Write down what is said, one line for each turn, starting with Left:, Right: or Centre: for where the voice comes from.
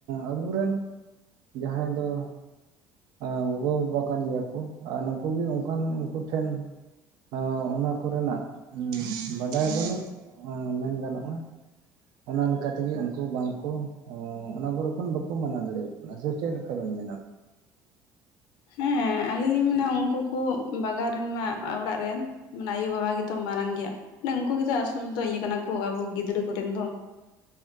Right: ᱟᱵᱚᱨᱮᱱ ᱡᱟᱦᱟᱸᱭ ᱫᱚ ᱮᱸᱻ ᱜᱚᱜᱚ ᱵᱟᱵᱟ ᱠᱟᱱ ᱜᱮᱭᱟ ᱠᱚ ᱟᱨ ᱱᱩᱠᱩᱜ ᱜᱮ ᱚᱱᱠᱟᱱ ᱩᱱᱠᱩ ᱴᱷᱮᱱ ᱦᱮᱸ ᱚᱱᱟ ᱠᱚᱨᱮᱱᱟᱜ ᱵᱟᱰᱟᱭ ᱵᱟᱹᱱᱩᱜ ᱢᱮᱱ ᱜᱟᱱᱚᱜᱼᱟ ᱚᱱᱟ ᱞᱮᱠᱟ ᱛᱮᱜᱮ ᱩᱱᱠᱩ ᱵᱟᱝᱠᱚ ᱚᱱᱟ ᱠᱚᱨᱮ ᱠᱷᱚᱱ ᱵᱟᱠᱚ ᱢᱟᱱᱟᱣ ᱫᱟᱲᱮᱭᱟ ᱠᱟᱱᱟ ᱥᱮ ᱪᱮᱫ ᱞᱮᱠᱟᱵᱮᱱ ᱢᱮᱱᱟ
Left: ᱦᱮᱸ ᱟᱹᱞᱤᱧ ᱞᱤᱧ ᱢᱮᱱᱟ ᱩᱝᱠᱩ ᱠᱚ ᱵᱟᱜᱟᱣ ᱨᱮᱱ ᱢᱟ ᱚᱲᱟᱜ ᱨᱮᱱ ᱢᱟᱱᱮ ᱟᱭᱳ ᱵᱟᱵᱟ ᱜᱮᱛᱚ ᱢᱟᱨᱟᱝ ᱜᱮᱭᱟ ᱵᱟᱝ ᱩᱱᱠᱩ ᱜᱮᱛᱚ ᱟᱥᱚᱞ ᱫᱚ ᱤᱭᱟᱹ ᱠᱟᱱᱟ ᱠᱚ ᱟᱵᱚ ᱜᱤᱫᱽᱨᱟᱹ ᱠᱚᱨᱮᱱ ᱫᱚ